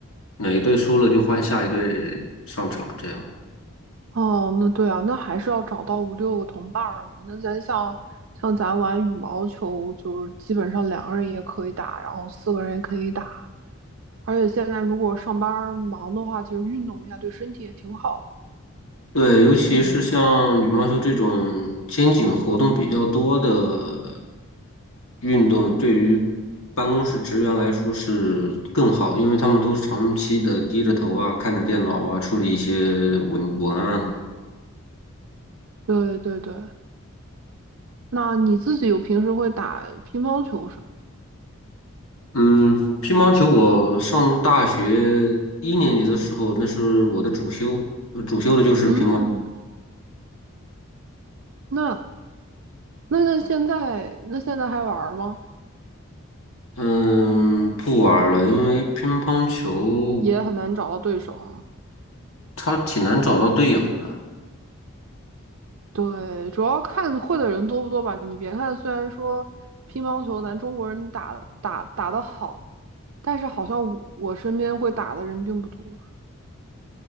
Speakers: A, on the left (about 75°); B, on the right (about 65°).
A: 哪一队输了就换下一队上场，这样。
B: 哦，那对啊，那还是要找到五六个同伴儿嘛。那咱像像咱玩羽毛球，就是基本上两个人也可以打，然后四个人也可以打。而且现在如果上班忙的话，其实运动一下对身体也挺好的。
A: 对，尤其是像羽毛球这种肩颈活动比较多的
B: 嗯
A: 运动，对于办公室职员来说是更好，因为他们都是长期的低着头啊，看着电脑啊，处理一些文文案。
B: 对对对，那你自己有平时会打乒乓球什么的？
A: 嗯，乒乓球我上大学一年级的时候，那是我的主修，呃主修的就是乒乓。
B: 嗯，那那那现在那现在还玩吗？
A: 嗯，不玩儿了，因为乒乓球
B: 也很难找到对手啊。
A: 它挺难找到队友的。
B: 对，主要看会的人多不多吧。你别看虽然说乒乓球咱中国人打打打得好，但是好像我我身边会打的人并不多。